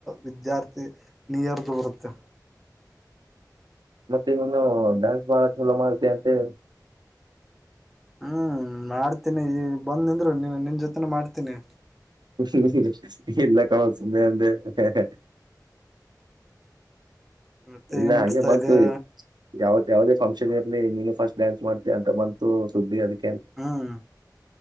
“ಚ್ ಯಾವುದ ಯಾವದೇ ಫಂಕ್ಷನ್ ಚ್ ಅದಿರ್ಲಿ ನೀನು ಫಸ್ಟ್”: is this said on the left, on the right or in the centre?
Right